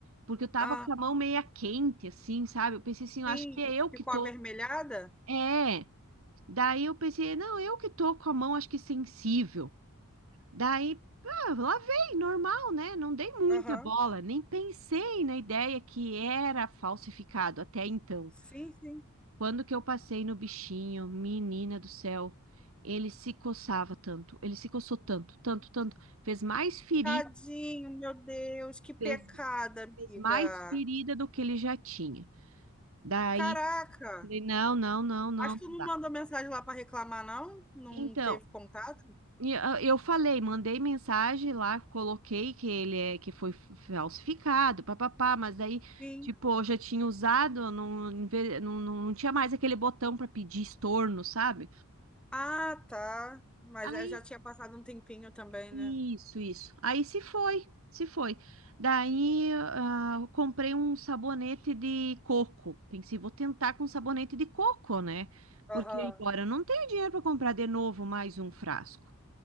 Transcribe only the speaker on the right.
porque eu tava
com a mão meia quente, assim, sabe? Eu pensei assim, eu
acho que é eu
que tô.
É. Daí eu pensei, não, eu que tô com a mão, acho que sensível. Daí, ah, lavei, normal, né? Não dei muita
bola, nem pensei na ideia que era falsificado até então.
Quando que eu passei no bichinho, menina do céu, ele se coçava tanto, ele se coçou tanto, tanto, tanto, fez mais ferida,
fez,
fez mais ferida do que ele já tinha. Daí,
falei, não, não, não, não,
não
dá.
Então,
E, ah, Eu falei, mandei mensagem lá, coloquei que ele é que foi falsificado, papapá, mas aí,
tipo, eu já tinha usado, não, em vez- não, não, não tinha mais aquele botão para pedir estorno, sabe?
Aí,
isso,
isso. Aí se foi, se foi. Daí, ah, eu comprei um sabonete de coco. Pensei, vou tentar com sabonete de coco, né?
Porque agora eu não tenho dinheiro para comprar de novo mais um frasco.